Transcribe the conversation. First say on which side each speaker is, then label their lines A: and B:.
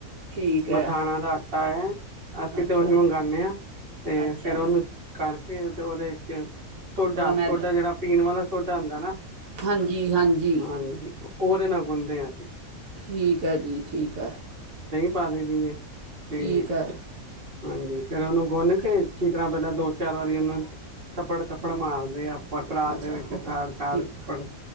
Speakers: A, on the right; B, on the right.
A: ਠੀਕ ਹੈ
B: ਮਥਾਣਾ ਦਾ ਆਟਾ ਏ ਅਸੀਂ
A: ਅੱਛਾ
B: ਤੇ ਉਹੀ ਮੰਗਾਨੇ ਹਾਂ, ਤੇ
A: ਅੱਛਾ
B: ਫੇਰ ਉਹਨੂੰ ਕਰਕੇ <unintelligible> ਤੇ ਉਹਦੇ ਵਿੱਚ ਸੋਡਾ-ਸੋਡਾ
A: ਥੋੜ੍ਹਾ ਮੈਦਾ
B: ਜਿਹੜਾ ਪੀਣ ਵਾਲਾ ਸੋਡਾ ਹੁੰਦਾ ਨਾ,
A: ਹਾਂਜੀ ਹਾਂਜੀ
B: ਹਾਂਜੀ ਉਹਦੇ ਨਾਲ ਗੁੰਨਦੇ ਹਾਂ ਅਸੀਂ
A: ਠੀਕ ਹੈ ਜੀ, ਠੀਕ ਹੈ।
B: ਪਾਦੇ ਦੀ ਏ ਤੇ
A: ਠੀਕ ਏ।
B: ਹਾਂਜੀ ਫੇਰ ਉਹਨੂੰ ਗੁੰਨ ਕੇ ਅੱਛੀ ਤਰਾਂ ਪਹਿਲਾਂ ਦੋ ਚਾਰ ਵਾਰੀ ਉਹਨੂੰ ਥਪੜ-ਥਪੜ ਮਾਰਦੇ ਆ <unintelligible>
A: ਅੱਛਾ
B: ਦੇ ਵਿੱਚ
A: ਓਕੇ
B: ਥੜ, ਥੜ,
A: ਠੀਕ
B: ਥੜ,